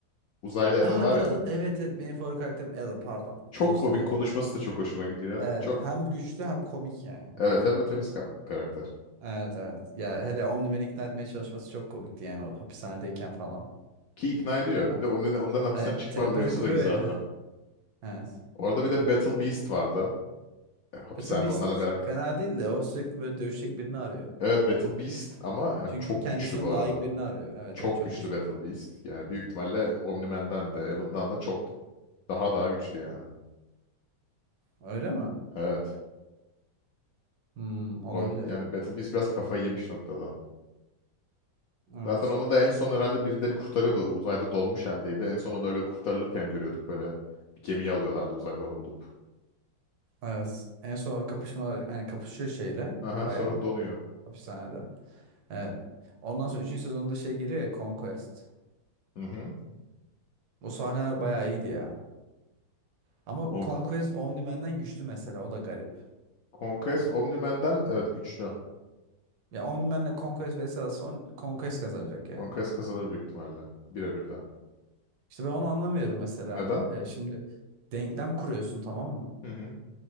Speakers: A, on the left (about 70°); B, on the right (about 75°).
A: Uzaylı
B: Aa,
A: Alan var ya.
B: Alan- evet evet benim favori karakterim Alan pardon.
A: Çok
B: Değiştirdim.
A: komik konuşması da çok hoşuma gidiyor.
B: Evet
A: Çok
B: hem güçlü hem komik yani.
A: evet hem de temiz kalpli bir karakter.
B: Evet evet. Ya hele Omni-Man'i ikna etmeye çalışması çok komikti yani o hapishanedeyken falan.
A: Ki ikna ediyor.
B: Ha,
A: Bir de onların, onların hapisten
B: e,
A: çıkma
B: telepati
A: mevzusu
B: kuruyor
A: da güzeldi.
B: ya. <laughs> Evet.
A: Orada bir de Battle Beast vardı. E, Hapishanede
B: Battle Beast
A: onlarla beraber.
B: fena değil de o sürekli böyle dövüşecek birini arıyor.
A: Evet Battle Beast ama hani
B: Çünkü
A: çok
B: kendisine
A: güçlü bu arada.
B: layık birini arıyor. Evet
A: Çok
B: evet çok
A: güçlü
B: güçlü.
A: Battle Beast. Yani büyük ihtimalle Omni-Man'den de Alan'dan da çok daha daha güçlü yani.
B: Öyle mi?
A: Evet.
B: Hmm, olabilir.
A: Om- yani Battle Beast biraz kafayı yemiş noktada.
B: Evet.
A: Zaten onu da en son herhalde birileri kurtarıyordu. O Uzayda donmuş haldeydi. En son onu öyle kurtarılırken görüyorduk böyle. Bir gemiye alıyorlardı uzayda onu bulup.
B: Evet. En son o kapışma yani kapışıyor şeyle
A: Aha,
B: baya
A: sonra donuyor.
B: hapishanede. Evet. Ondan sonra üçüncü sezonda şey geliyor ya Conquest.
A: Hı hı.
B: Bu sahneler bayağı iyiydi ya. Ama
A: Kong.
B: Conquest Omni-Man'den güçlü mesela o da garip.
A: Conquest Omni-Man'den evet güçlü.
B: Ya Omni-Man'le Conquest vs. alsa on- Conquest kazanacak yani.
A: Conquest kazanır büyük ihtimalle. Birebirden.
B: İşte ben onu anlamıyorum mesela.
A: Neden?
B: Ee, şimdi denklem kuruyorsun tamam mı?
A: Hı hı.